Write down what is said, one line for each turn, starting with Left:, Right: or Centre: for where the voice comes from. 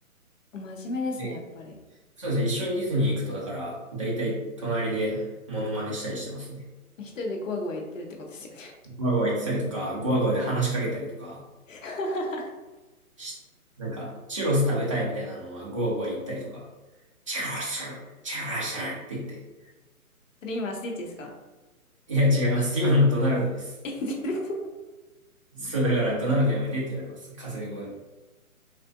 Left: 真面目ですね、
Right: で、
Left: やっぱり。
Right: そうですね。一緒にディズニー行くと、だから、だいたい隣でモノマネしたりしてますね。
Left: 一人でゴワゴワ言ってるってことですよね。
Right: ゴワゴワ言ってたりとか、ゴワゴワで話しかけたりとか。
Left: <laughs>
Right: しなんか、チュロス食べたいみたいなのはゴーゴー言ったりとか、チュロス、チュロスって言って。
Left: それ今スティッチですか
Right: いや、違います。今のドナルドです。
Left: え全然違う
Right: そう、だからドナルドやめてって言われます。かすれ声の。